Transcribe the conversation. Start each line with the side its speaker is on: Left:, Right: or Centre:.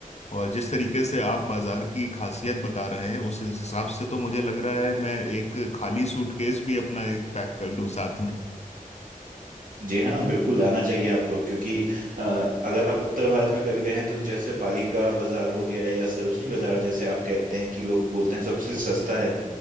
Left: और जिस तरीके से आप बाजार की खासियत बता रहे हैं उस हिसाब से तो मुझे लग रहा है मैं एक खाली सूटकेस भी अपना एक पैक कर लूं साथ
Right: जी हाँ बिल्कुल लाना चाहिए आपको क्योंकि अ, अगर आप उत्तर भारत में कभी गए हैं तो जैसे पालिका बाजार हो गया या सरोजनी बाजार जैसे आप कहते हैं कि लोग बोलते हैं सबसे सस्ता है